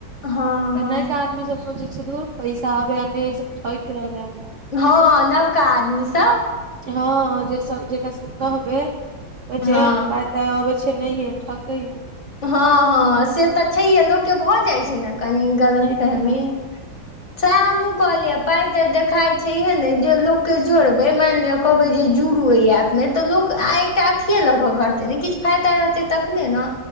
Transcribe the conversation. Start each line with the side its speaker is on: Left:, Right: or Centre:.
Left: हँ
Right: तऽ
Left: हँ
Right: नहिक आदमी सब सोचे छै धुर पैसा बने सब ठक रहल है हमरा
Left: हँ नवका आदमीसँ
Right: हँ जे जेकरा सब कहब कहै
Left: हँ
Right: त अबै छै नहिे ठकैया
Left: हँ हँ से तऽ छैहे लोकके भऽ जाइ छै ने कनी गलत
Right: नहि
Left: फहमी
Right: हँ
Left: सएह हमहुँ कहलियै पाइ तऽ देखाई छैहे ने जे लोकके जोड़बै मानि लिअ कहबै जे जुड़ू ओहि ऐपमे तऽ लोक आ एकटा अथिए लऽ कऽ करतै ने किछु फाइदा रहतै तखने ने